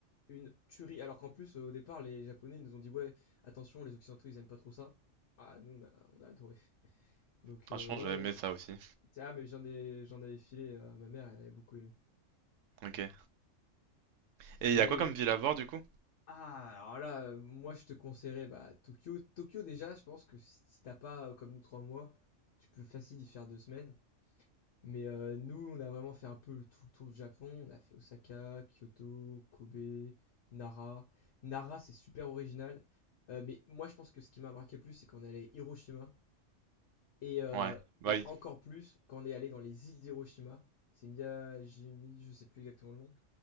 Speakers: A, on the left; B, on the right.
A: une tuerie. Alors qu'en plus, au départ, les Japonais nous ont dit, ouais, attention, les Occidentaux, ils aiment pas trop ça. Ah, nous, on a, on a adoré. Donc,
B: Franchement,
A: euh, ouais,
B: j'ai aimé ça
A: c'est-
B: aussi.
A: c'est- ah, mais j'en ai, j'en avais filé à ma mère, elle avait beaucoup aimé.
B: Ok. Et
A: Mais,
B: il y a quoi comme ville à voir du coup?
A: ah, alors là, euh, moi, je te conseillerais, bah, Tokyo. Tokyo, déjà, je pense que si si t'as pas, euh, comme nous, trois mois, tu peux facile y faire deux semaines. Mais euh, nous, on a vraiment fait un peu tout le tour du Japon. On a fait Osaka, Kyoto, Kobe, Nara. Nara, c'est super original. Euh, mais moi, je pense que ce qui m'a marqué le plus, c'est qu'on est allé à Hiroshima. Et, euh,
B: Ouais, bah
A: et
B: oui,
A: encore plus, quand on est allé dans les îles d'Hiroshima. C'est Miyajimi, je sais plus exactement le nom.